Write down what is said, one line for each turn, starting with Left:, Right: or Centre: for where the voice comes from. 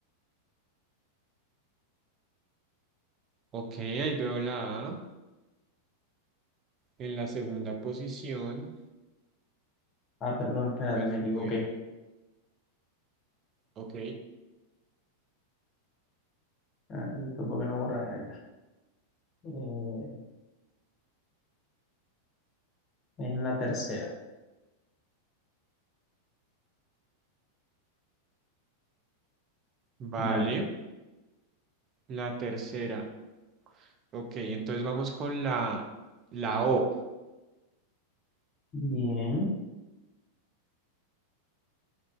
Right: Ok, ahí veo la A en la segunda posición.
Left: Ah, perdón, espérate,
Right: Pues
Left: me equivoqué.
Right: bueno, ok.
Left: Ahí fue porque no borré allá. Eh, es en la tercera.
Right: Vale.
Left: Dale.
Right: La tercera. Ok, entonces vamos con la, la O.
Left: Bien.